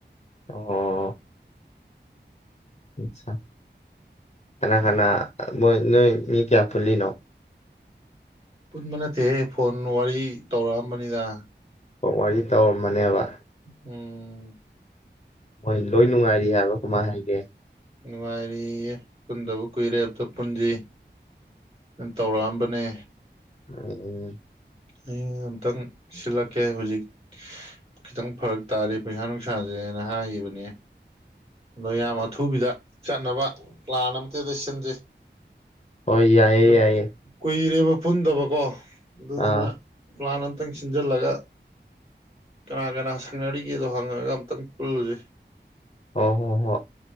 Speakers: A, on the left (about 35°); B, on the right (about 30°).
A: ꯑꯣ ꯑꯠꯁ ꯥ ꯀꯅꯥ ꯀꯅꯥ ꯃꯣꯏ ꯅꯣꯏ ꯃꯤ ꯀꯌꯥ ꯄꯨꯂꯤ ꯅꯣ
B: ꯄꯨꯟꯕ ꯅꯠꯇꯦꯍꯦ ꯐꯣꯟ ꯋꯥꯔꯤ ꯇꯧꯔꯛꯑꯝꯕꯅꯤꯗ
A: ꯑꯣ ꯋꯥꯔꯤ ꯇꯧꯔꯝꯃꯅꯦꯕ
B: ꯎꯝ
A: ꯍꯣꯏ ꯂꯣꯏ ꯅꯨꯡꯉꯥꯏꯔꯤ ꯍꯥꯏꯕ꯭ꯔꯥ ꯀꯃꯥꯏꯅ ꯍꯥꯏꯒꯦ
B: ꯅꯨꯡꯉꯥꯏꯔꯤꯌꯦ ꯄꯨꯟꯗꯕ ꯀꯨꯏꯔꯦ ꯑꯝꯇ ꯄꯨꯟꯁꯤ ꯇꯧꯔꯛꯑꯝꯕꯅꯦ
A: ꯑꯣ
B: ꯑꯩ ꯑꯃꯇꯪ ꯁꯤꯜꯂꯛ ꯀꯦ ꯍꯧꯖꯤꯛ ꯈꯤꯇꯪ ꯐꯥꯔꯛ ꯇꯥꯔꯤ ꯄꯩꯁꯥ ꯅꯨꯡꯁꯥꯁꯦꯅ ꯍꯥꯏꯒꯤꯕꯅꯤ ꯃꯌꯥꯝ ꯑꯊꯨꯕꯤꯗ ꯆꯠꯅꯕ ꯄ꯭ꯂꯥꯟ ꯑꯝꯇꯗꯤ ꯁꯤꯟꯖꯤ꯫
A: ꯍꯣꯏ ꯌꯥꯏꯌꯦ
B: ꯑ
A: ꯌꯥꯏꯌꯦ
B: ꯀꯨꯏ ꯔꯦꯕ ꯄꯨꯨꯟꯗꯕꯀꯣ ꯑꯗꯨ ꯗꯨꯅ
A: ꯑꯥ
B: ꯄ꯭ꯂꯥꯟ ꯑꯝꯇꯪ ꯁꯤꯟꯖꯜꯂꯒ ꯀꯅꯥ ꯀꯅꯥ ꯁꯪꯅꯔꯤꯒꯦꯗꯣ ꯍꯪꯉꯒ ꯑꯝꯇꯪ ꯄꯨꯜꯂꯨꯖꯤ
A: ꯍꫭ ꯍꫭ ꯍꫭ